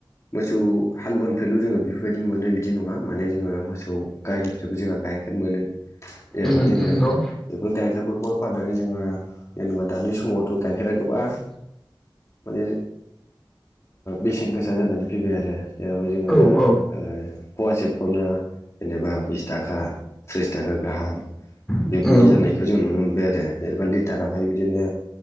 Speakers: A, on the left; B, in the centre.
A: मोसौ हालुवानिफ्रायल' जोङो बेफोरबायदि मोनो बिदि नङा माने जोङो मोसौ गायनिफ्रायबो जोंहा गाय <unintelligible> मोनो। जेरावहाय
B: उम
A: जोङो
B: उम न
A: बेफोर गाइखेरफोरखौ फाननानै जोङो जेनेबा दानि समावथ' गाइखेरा गोबां माने बेसेन गोसा जानानै फैबाय आरो जेरावहाय जोङो
B: औ
A: दा
B: औ
A: ओ फवासेफ्रावनो जेनेबा बिस थाखा थ्रिस थाखा गाहाम बेफोरबायदि
B: उम
A: जानायखौ जों नुनो मोनबाय आरो जेनेबा लिटारावहाय बिदिनो।